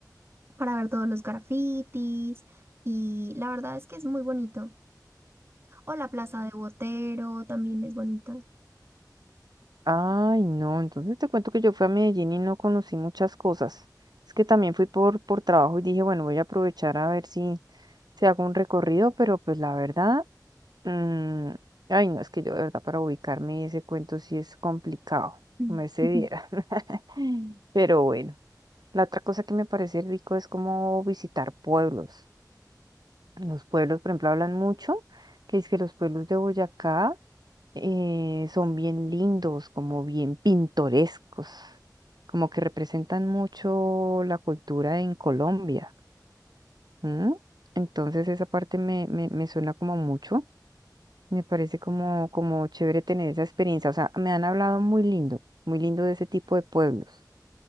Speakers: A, on the right; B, on the right.
A: para ver todos los grafitis. Y la verdad es que es muy bonito. O la Plaza de Botero también es bonita.
B: Ay, no, entonces te cuento que yo fui a Medellín y no conocí muchas cosas. Es que también fui por, por trabajo y dije, bueno, voy a aprovechar a ver si, si hago un recorrido, pero pues la verdad, mm, ay, no, es que yo de verdad para ubicarme ese cuento sí es complicado,
A: Mm,
B: me se
A: ujú.
B: diera. <laughs> Pero bueno, la otra cosa que me parece rico es como visitar pueblos. Los pueblos, por ejemplo, hablan mucho, que es que los pueblos de Boyacá eh, son bien lindos, como bien pintorescos, como que representan mucho la cultura en Colombia. ¿m? Entonces esa parte me, me, me suena como mucho, me parece como, como chévere tener esa experiencia. O sea, me han hablado muy lindo, muy lindo de ese tipo de pueblos.